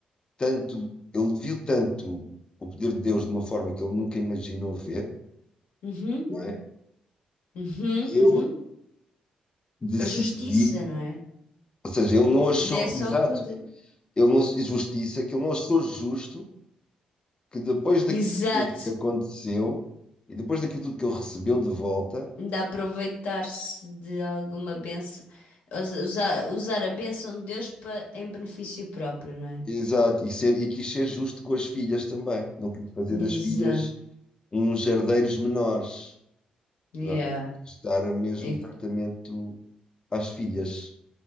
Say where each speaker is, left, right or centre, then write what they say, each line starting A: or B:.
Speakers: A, on the left; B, on the left.
A: tanto, ele viu tanto o poder de Deus de uma forma que ele nunca imaginou ver,
B: Uhum.
A: não é?
B: Uhum.
A: Que ele
B: Uhum.
A: decidiu,
B: A justiça, não é?
A: ou seja, ele não achou,
B: Não é só
A: exato,
B: o poder.
A: ele não, justiça, que ele não achou justo que depois daquilo
B: Exato,
A: tudo que aconteceu e depois daquilo tudo que ele recebeu de volta,
B: de aproveitar-se de alguma benção, usar, usar a benção de Deus para, em benefício próprio, não é?
A: exato, e, ser, e quis ser justo com as filhas também, não quis fazer
B: Exato,
A: das filhas uns herdeiros menores,
B: yeah.
A: não, é? quis dar o mesmo
B: E-
A: tratamento às filhas.